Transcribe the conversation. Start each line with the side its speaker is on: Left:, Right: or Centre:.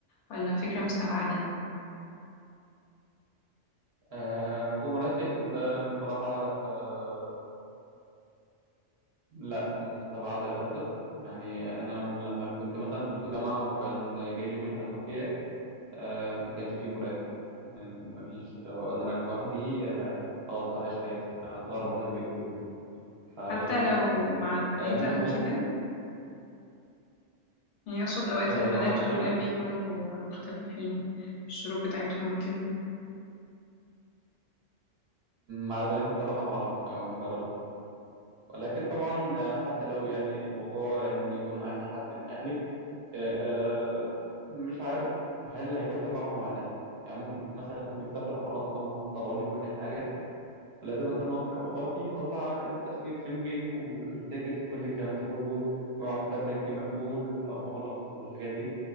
Left: ولا فكره مستبعده
Right: آه موضوع مرافق ده بصراحة آه لا مستبعدة للأسف يعني أنا لما كنت مثلا في الجامعة وكان جاي لي منحة لتركيا آه ما كانش فيه مرافق يعني ما فيش هو أنا رايح لوحدي آه خلاص بقى هعيش حياتي هتغرب زي ما بيقولوا يعني فهعيش
Left: حتى
Right: مع
Left: لو
Right: نفسي كده
Left: مع البنات
Right: آه ممكن
Left: او
Right: موضوع
Left: كده يعني اقصد اوقات
Right: آه
Left: البنات
Right: مع البنات
Left: والولاد بيكونوا مختلفين في الشروط بتاعتهم وكده
Right: مع البنات بصراحة ما أعرفش أو ما جربتش ولكن طبعا آه حتى لو يعني موضوع إن يكون معاكي حد من أهلك آه، مش عارف هل هيكون تبعهم ولا لا يعني ممكن مثلا لو انت مسافره وخلاص هم طلعوا لك كل حاجه فلازم مثلا مامتك او باباك يطلع التاشيره شنجن والتيكت وكل الكلام ده كله وحساب بنكي مقفول او مغلق والحاجات دي